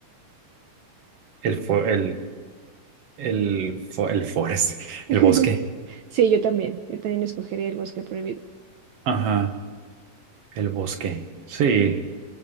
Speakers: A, on the right; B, on the right.
A: El fo- el, el, fo- el forest, <laughs>
B: <laughs>
A: el bosque.
B: Sí, yo también. Yo también escogería el bosque prohibido.
A: Ajá, el bosque. Sí,